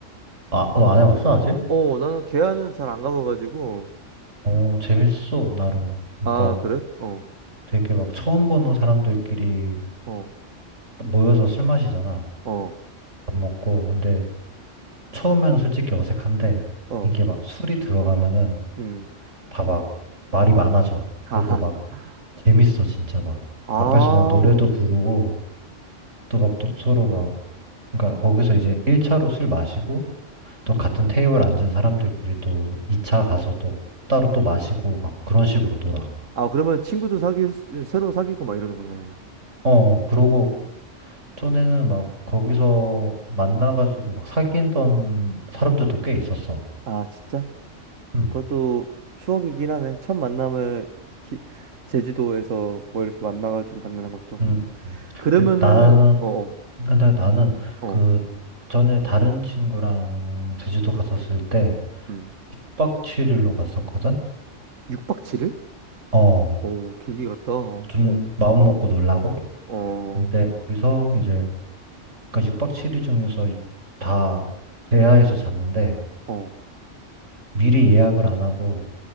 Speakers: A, on the right (about 75°); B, on the right (about 90°).
A: 아, 너 안 해봤어 아직?
B: 어, 나는 계야는 잘 안 가봐가지고.
A: 어, 재밌어 나름. 그러니까
B: 아, 그래? 어.
A: 되게 막 처음 보는 사람들끼리
B: 어.
A: 모여서 술 마시잖아.
B: 어.
A: 밥 먹고. 근데 처음에는 솔직히 어색한데
B: 어.
A: 이게 막 술이 들어가면은
B: 음.
A: 다 막 말이 많아져. 그리고
B: 아,
A: 막
B: <laughs>
A: 재밌어 진짜 막
B: 아,
A: 앞에서 막 노래도
B: 어.
A: 부르고 또 막 서로 막 그러니까 거기서 이제 1차로 술 마시고 또 같은 테이블 앉은 사람들끼리 또 2차 가서 또 따로 또 마시고 막 그런 식으로 놀아.
B: 아, 그러면 친구도 사귀, 새로 사귀고 막 이러는 거네.
A: 어, 그러고 전에는 막 거기서 만나가지고 막 사귀던 사람들도 꽤 있었어.
B: 아, 진짜?
A: 음,
B: 그것도 추억이긴 하네. 첫 만남을 기- 제주도에서 뭐 이렇게 만나가지고 만나는 것도.
A: 음. 음.
B: 그러면은,
A: 근데 나는,
B: 어, 어,
A: 근데 나는
B: 어,
A: 그 전에 다른 친구랑 제주도 갔었을 때
B: 음.
A: 6박 7일로 갔었거든?
B: 6박 7일?
A: 어,
B: 오, 길게 갔다. 어,
A: 좀
B: 어,
A: 마음 먹고 놀라고?
B: 어,
A: 근데 거기서 이제 그러니까 6박 7일 중에서 다 대하에서 잤는데
B: 어,
A: 미리 예약을 안 하고